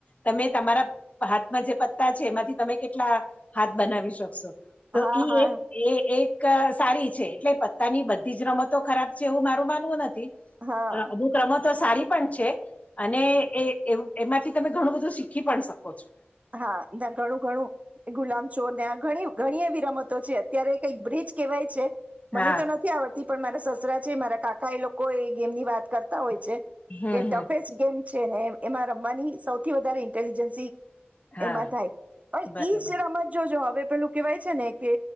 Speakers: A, on the left; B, on the right.
A: તમે તમારા હાથમાં જે પત્તા છે એમાંથી તમે કેટલા હાથ બનાવી શકશો. તો
B: હા
A: ઈ
B: હા
A: એક એ એક અ સારી છે એટલે પત્તા ની બધ બીજી રમતો ખરાબ છે એવું મારું માનવું નથી.
B: હા
A: અમુક રમત તો સારી પણ છે અને એ અ એમાંથી તમે ઘણું બધું શીખી પણ શકો છો.
B: હા ના ઘણું ઘણું ગુલામ ચોર ત્યાં ઘણી ઘણી એવી રમતો છે અત્યારે કઈક બ્રિજ કહેવાય છે. મને
A: હા
B: તો નથી આવડત પણ મારા સસરા છે, મારા કાકા એ લોકો એ ગેમ ની વાત કરતા હોય. છે
A: હમ
B: કે ટફેસ્ટ
A: હમ
B: ગેમ છે ને એમાં રમવાની સૌથી વધારે ઇન્ટેલિજન્સી
A: હા
B: એમાં થાય પણ
A: બરાબર
B: ઈ જ રમત જો જો હવે પેલું કેહેવાય છે ને કે